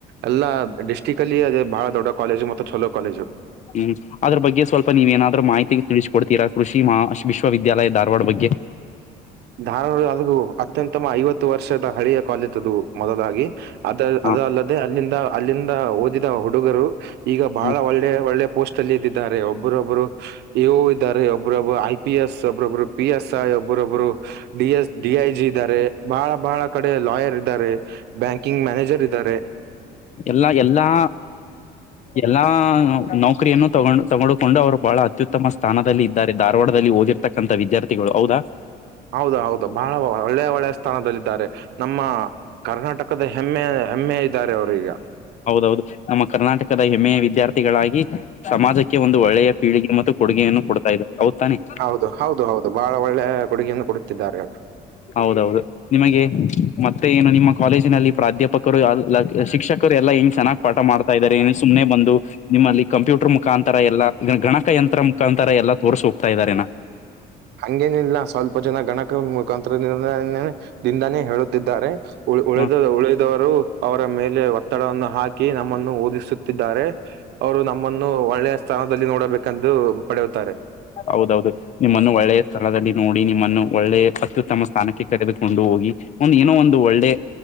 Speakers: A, on the right; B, on the left.
A: ಅಲ್ಲ ಡಿಸ್ಟಿಕ್ ಅಲ್ಲಿ ಅದೇ ಬಹ ದೊಡ್ಡ ಕಾಲೇಜು ಮತ್ತೆ ಚೊಲೋ ಕಾಲೇಜು.
B: ಹ್ಮ್ ಅದ್ರ ಬಗ್ಗೆ ಸ್ವಲ್ಪ ನೀವ ಏನಾದ್ರು ಮಾಹಿತಿ ತಿಳಿಸಕೊಡ್ತೀರಾ ಕೃಷಿ ಮಾ ವಿಶ್ವವಿದ್ಯಾಲಯ ಧಾರವಾಡ ಬಗ್ಗೆ.
A: ಧಾರವಾಡ ಅತ್ಯಂತಮ ಐವತ್ತು ವರ್ಷದ ಹಳಿಯ ಕಾಲೇಜದ್ದು ಮೊದಲಾಗಿ. ಅದ
B: ಹ
A: ಅದ ಅಲ್ಲದೆ ಅಲ್ಲಿಂದ ಅಲ್ಲಿಂದ ಓದಿದ ಹುಡುಗರು ಈಗ ಬಹಳ
B: ಹ
A: ಒಳ್ಳೆ ಒಳ್ಳೆ. ಪೋಸ್ಟ್ ಅಲ್ಲಿ ಇದ್ದಿದ್ದಾರೆ ಒಬ್ಬರು ಒಬ್ಬರು ಇವು ಇದ್ದಾರೆ. ಒಬ್ಬ್ರೊಬ್ರ ಆಯ್ತ ಪಿಎಸ್ ಒಬ್ಬ್ರೊಬ್ಬರು ಪಿಎಸ್ಐ ಒಬ್ಬ್ರೊಬ್ರು. D S D I G ಇದ್ದಾರೆ ಬಹಳ ಬಹಳ ಕಡೆ ಲಾಯರ್ ಇದ್ದಾರೆ. ಬ್ಯಾಂಕಿಂಗ್ ಮ್ಯಾನೇಜರ್ ಇದ್ದಾರೆ.
B: ಎಲ್ಲಾ ಎಲ್ಲಾ. ಎಲ್ಲಾ ನೌಕರಿಯನ್ನು ತಗೊಂಡ್ ತಗೊಂಡಕೊಂಡು ಅವರು ಬಹಳ ಅತ್ಯುತ್ತಮ ಸ್ಥಾನದಲ್ಲಿ ಇದ್ದಾರೆ. ಧಾರವಾಡದಲ್ಲಿ ಓದಿರ್ ಇರ್ತಕ್ಕಂತ ವಿದ್ಯಾರ್ಥಿಗಳು ಹೌದಾ.
A: ಹೌದ ಹೌದು ಬಹಳ ಒಳ್ಳೆ ಒಳ್ಳೆ ಸ್ಥಾನದಲ್ಲಿದ್ದಾರೆ. ನಮ್ಮ ಕರ್ನಾಟಕದ ಹೆಮ್ಮೆ ಹೆಮ್ಮೆ ಇದ್ದಾರೆ ಅವರು ಈಗ.
B: ಹೌದೌದು ನಮ್ಮ ಕರ್ನಾಟಕದ ಹೆಮ್ಮೆಯ ವಿದ್ಯಾರ್ಥಿಗಳಾಗಿ, ಸಮಾಜಕ್ಕೆ ಒಂದು ಒಳ್ಳೆಯ ಪೀಳಿಗೆ ಮತ್ತು, ಕೊಡುಗೆಯನ್ನು ಕೊಡ್ತಾ ಇ ಹೌದ ತಾನೆ.
A: ಹೌದು ಹೌದು ಹೌದು ಬಹಳ ಒಳ್ಳೆಯ ಕೊಡುಗೆಯನ್ನು ಕೊಡುತ್ತಿದ್ದಾರೆ ಅವರು.
B: ಹೌದೌದು. ನಿಮಗೆ ಮತ್ತೆ ಏನು ನಿಮ್ಮ ಕಾಲೇಜಿನಲ್ಲಿ ಪ್ರಾಧ್ಯಾಪಕರು ಎಲ್ಕ ಶಿಕ್ಷಕರು ಎಲ್ಲಾ ಹಿಂಸೆನಾ. ಪಾಠ ಮಾಡ್ತಾ ಇದ್ದಾರೆ. ಏನ್ ಸುಮ್ನೆ ಬಂದು ನಿಮ್ಮಲ್ಲಿ, ಕಂಪ್ಯೂಟರ್ ಮುಖಾಂತರ ಎಲ್ಲ ಗಣಕ ಯಂತ್ರ ಮುಖಾಂತರ ಎಲ್ಲ ತೋರ್ಸ್ಹೋಗ್ತಾಇದರೇನಾ.
A: ಹಂಗೇನ ಇಲ್ಲ ಸ್ವಲ್ಪ ಜನ ಗಣಕ ಮುಖಾಂತ್ರರ ದಿಂದಾನೆ. ದಿಂದಾನೇ ಹೇಳುತ್ತಿದ್ದಾರೆ. ಉಳದ
B: ಹ
A: ಉಳಿದವರು ಅವರ ಮೇಲೆ ಒತ್ತಡವನ್ನು ಹಾಕಿ ನಮ್ಮನ್ನು ಓದಿಸುತ್ತಿದ್ದಾರೆ. ಅವರು ನಮ್ಮನ್ನು ಒಳ್ಳೆಯ ಸ್ಥಾನದಲ್ಲಿ ನೋಡಬೇಕೆಂದು ಪಡೆಯುತ್ತಾರೆ.
B: ಹೌದೌದು ನಿಮ್ಮನ್ನು ಒಳ್ಳೆಯ ಸ್ಥಳದಲ್ಲಿ. ನೋಡಿ ನಿಮ್ಮನ್ನು ಒಳ್ಳೆ ಅತ್ಯುತ್ತಮ ಸ್ಥಾನಕ್ಕೆ ಕರೆದುಕೊಂಡು ಹೋಗಿ. ಒಂದ ಏನೋ ಒಂದು ಒಳ್ಳೆ